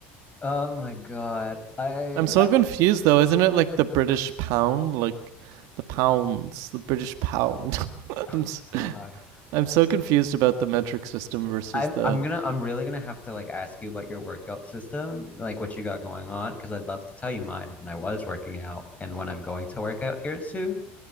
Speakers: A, on the left; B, on the right.
A: Oh my God. I,
B: i'm so
A: I, oh
B: confused though isn't it like the british pound like the pounds the british pound <laughs>
A: my
B: I'm s-
A: God.
B: I'm so confused about the metric system versus
A: I'm,
B: the
A: I'm gonna, I'm really gonna have to like ask you about your workout system, like what you got going on, because I'd love to tell you mine when I was working out and when I'm going to work out here soon.